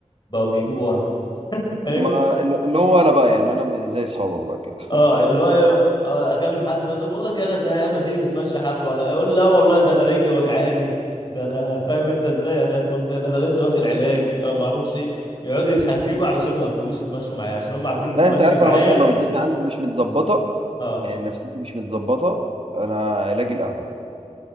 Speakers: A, on the left; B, on the right.
A: بقوم يجيبوا ورا <laughs> فاهم
B: ما اللي هو انا بقى يعني انا زي اصحابك بقى كده
A: اه اللي هو إيه، آه، اكلم حد مثلا بقول لك انا زهقان ما تيجي نتمشى حبه ولا يقول لي لا والله ده انا رجلي وجعاني ده انا <laughs> فاهم انت ازاي انا كنت ده انا لسه واخد علاج آه، ما اعرفش ايه يقعدوا يتحججوا علشان ما يخرجوش يتمشوا معايا عشان هم عارفين إن
B: لا
A: المشي
B: انت عارف
A: معايا
B: انا مثلا لو الدنيا عندي مش متظبطه
A: اه
B: يعني نفسيتي مش متظبطه انا علاجي القهوه